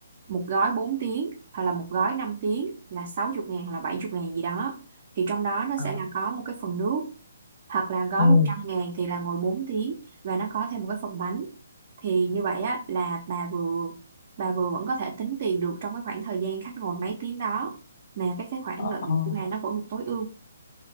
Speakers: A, on the right; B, on the left.
A: một gói 4 tiếng hoặc là một gói 5 tiếng là 60 ngàn hoặc là 70 ngàn gì đó thì trong đó nó
B: À,
A: sẽ là có một cái phần nước hoặc là gói
B: ừ.
A: một trăm ngàn thì là ngồi 4 tiếng và nó có thêm một cái phần bánh thì như vậy á là bà vừa bà vừa vẫn có thể tính tiền được trong cái khoảng thời gian khách ngồi mấy tiếng đó mà các cái khoản
B: ờ.
A: lợi nhuận của bà nó vẫn tối ưu